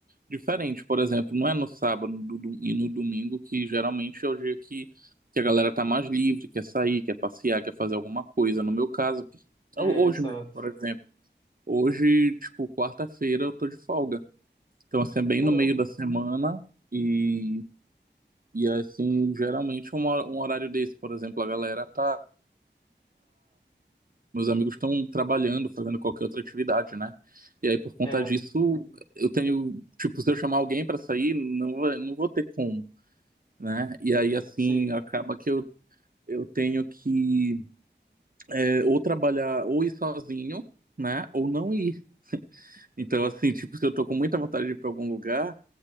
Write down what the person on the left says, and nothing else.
É,
exato.
Caramba.
É.
Sim.